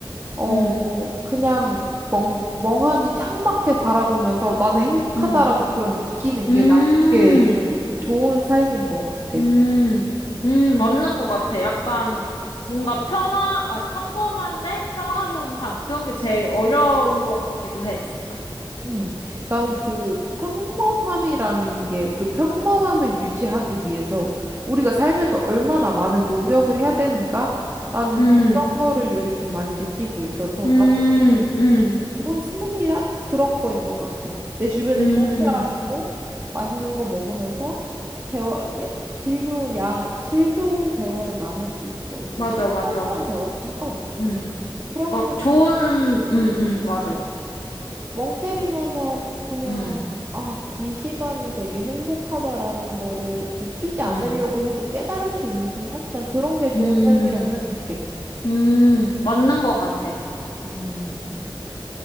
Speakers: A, on the right; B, on the left.
A: 어,
B: 응, 응,
A: 그냥 멍, 멍하니 창밖에 바라보면서 나는 행복하다라고
B: 응,
A: 그런 느끼는
B: 응,
A: 게 난 그게 좀 좋은 삶인 것 같아.
B: 음, 음, 맞는 것 같아. 약간 뭔가 평화, 아, 평범한데 평화로운 삶. 그런 게 제일 어려운 것 같기도 해, 진짜.
A: 음, 나는 그 평범함이라는 게 그 평범함을 유지하기 위해서 우리가 삶에서 얼마나 많은 노력을 해야 되는가라는
B: 음,
A: 그런 거를 요새 좀 많이 느끼고 있어서
B: 음,
A: 나는
B: 음,
A: 좋은 삶이란 그런 거인 것 같아. 내 주변에
B: 음,
A: 좋은 사람 있고 맛있는 거 먹으면서 대화, 예, 질 좋은 야, 질 좋은 대화를 나눌 수 있고 뭐
B: 맞아,
A: 시시콜콜한
B: 맞아.
A: 대화도 상관없고
B: 음,
A: 그러면서
B: 막 좋은,
A: 그냥
B: 음, 음, 맞아.
A: 멍 때리면서 그냥
B: 음,
A: 아, 이 시간이 되게 행복하다라는 거를 느끼지 않으려고
B: 음,
A: 해도 깨달을 수 있는 순간? 난 그런 게 좋은
B: 음,
A: 삶이라고 생각해.
B: 음, 맞는 것 같아.
A: 음.